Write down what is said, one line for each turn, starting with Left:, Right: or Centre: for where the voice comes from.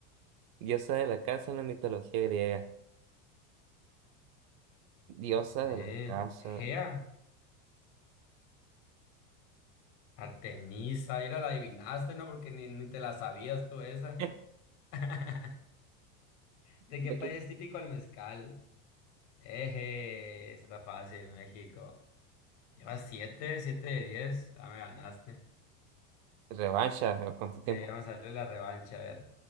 Right: Diosa de la casa en la mitología griega. Diosa
Left: No sé,
Right: de la casa.
Left: Gea. Artemisa, ¿era la adivinaste, ¿no? Porque ni, ni te la sabías tú esa.
Right: <laughs>
Left: <laughs> ¿De
Right: ¿De
Left: qué país
Right: qué?
Left: es típico el mezcal? Eje, esa está fácil, México. Llevas siete, siete de diez. Ah, me ganaste.
Right: Revancha, ¿cuánto tiempo?
Left: Sí, vamos a darle la revancha, a ver.